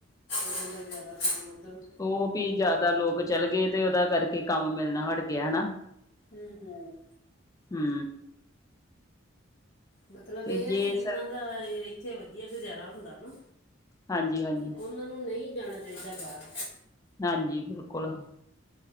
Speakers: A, on the left; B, on the left.
A: ਬੰਦਾ ਜਿਆਦਾ ਕੰਮ ਉੱਧਰ-
B: ਉਹ ਵੀ ਜ਼ਿਆਦਾ ਲੋਕ ਚੱਲ ਗਏ ਤੇ ਉਹਦਾ ਕਰਕੇ ਕੰਮ ਮਿਲਣਾ ਹਟ ਗਿਆ ਹਨਾ।
A: ਹਮ-ਹਮ।
B: ਹੂੰ।
A: ਮਤਲਬ
B: ਤੇ
A: ਏ ਹੈ
B: ਜੇ
A: ਕਿ ਜਿੰਨਾਂ
B: ਸਰ
A: ਦਾ ਇੱਥੇ ਵਦੀਆ ਗੁਜ਼ਾਰਾ ਹੁੰਦਾ ਨਾ
B: ਹਾਂਜੀ-ਹਾਂਜੀ।
A: ਉਨਾਂ ਨੂੰ ਨਈ ਜਾਣਾ ਚਾਈਦਾ ਬਾਰ।
B: ਹਾਂਜੀ, ਬਿਲਕੁਲ।